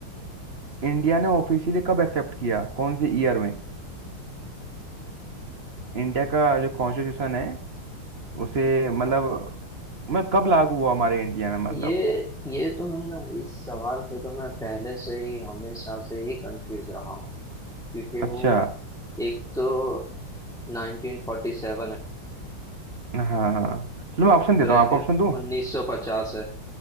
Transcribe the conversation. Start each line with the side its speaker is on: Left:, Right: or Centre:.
Right: इंडिया ने ऑफिशियली कब एक्सेप्ट किया कौन से ईयर में इंडिया का जो कॉन्स्टिट्यूशन है उसे मतलब मतलब कब लागू हुआ हमारे इंडिया में मतलब
Centre: ये ये तो मैं ना इस सवाल पे तो मैं पहले से ही हमेशा से ही कंफ्यूज रहा हूँ क्योंकि
Right: अच्छा
Centre: वो एक तो 1947 है
Right: हाँ हाँ हाँ। चलो मैं ऑप्शन देता
Centre: और एक
Right: हूँ आपको
Centre: है
Right: ऑप्शन दूँ
Centre: 1950 है